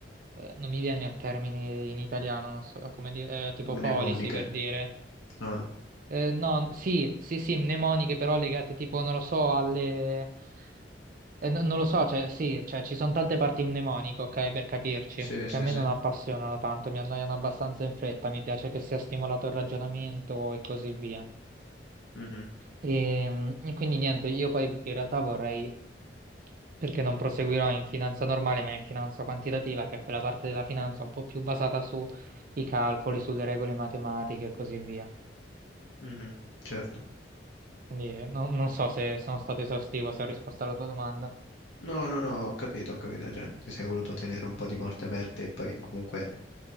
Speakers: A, on the right (about 50°); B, on the left (about 80°).
A: eh, non mi viene il termine in italiano, non so come dire, eh, tipo
B: mnemoniche.
A: policy per dire,
B: Ah,
A: eh, no, sì, sì, sì, mnemoniche però legate tipo, non lo so, alle... eh, no- non lo so, cioè sì, cioè ci sono tante parti mnemoniche, ok, per capirci,
B: sì,
A: che
B: sì,
A: a me
B: sì.
A: non appassionano tanto, mi annoiano abbastanza in fretta, mi piace che sia stimolato il ragionamento e così via.
B: Mhm,
A: E, e quindi niente, io poi in realtà vorrei, perché non proseguirò in finanza normale, ma in finanza quantitativa, che è quella parte della finanza un po' più basata sui calcoli, sulle regole matematiche e così via.
B: mhm, certo.
A: Quindi eh, no- non so se sono stato esaustivo, se ho risposto alla tua domanda.
B: No, no, no, ho capito, ho capito. Cioè, ti sei voluto tenere un po' di porte aperte e poi comunque,